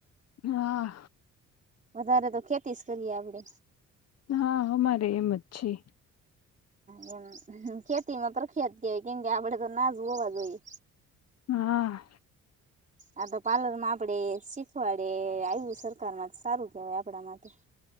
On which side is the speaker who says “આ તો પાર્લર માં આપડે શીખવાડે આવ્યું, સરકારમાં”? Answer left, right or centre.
Right